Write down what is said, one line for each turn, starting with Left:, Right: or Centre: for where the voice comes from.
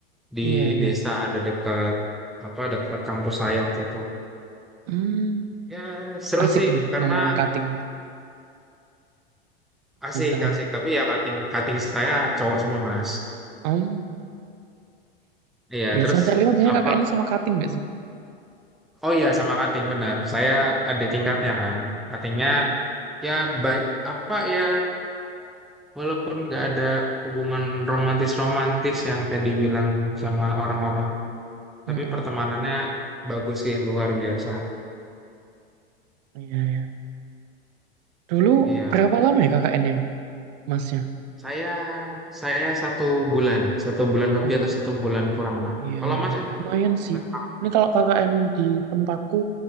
Centre: di
Right: Iya, iya.
Centre: desa ada dekat apa dekat kampus saya waktu itu.
Right: Hmm,
Centre: Ya seru
Right: asik
Centre: sih
Right: nih
Centre: karena
Right: nemu cutting.
Centre: asik
Right: Bisa.
Centre: asik tapi ya kating kating saya cowok semua mas.
Right: Hmm,
Centre: Iya
Right: ya
Centre: terus
Right: semester lima biasanya
Centre: apa?
Right: KKN sama cutting gak sih?
Centre: Oh iya sama kating benar. Saya
Right: Hmm,
Centre: adik tingkatnya kan. Katingnya
Right: Iya.
Centre: ya baik apa ya walaupun nggak ada hubungan romantis romantis yang tadi bilang sama orang-orang, tapi
Right: Mm-mm.
Centre: pertemanannya bagus sih luar biasa.
Right: Iya, iya. Dulu
Centre: Iya.
Right: berapa lama ya KKN-nya, masnya?
Centre: Saya saya satu bulan, satu bulan lebih
Right: Oh,
Centre: atau satu bulan kurang lah.
Right: iya,
Centre: Kalau
Right: iya.
Centre: Mas ya,
Right: Lumayan sih.
Centre: Mas
Right: Ini kalau KKN di tempatku